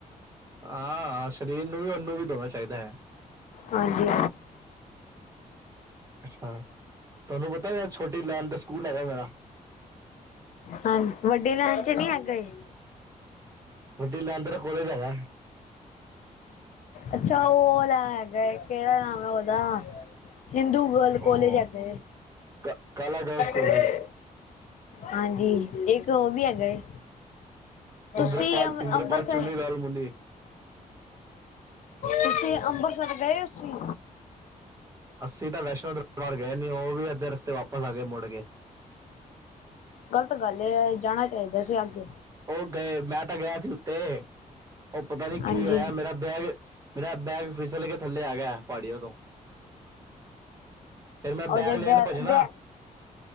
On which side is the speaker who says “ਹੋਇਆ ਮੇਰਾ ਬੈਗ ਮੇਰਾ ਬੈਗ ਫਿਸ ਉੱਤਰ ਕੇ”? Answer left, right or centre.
Right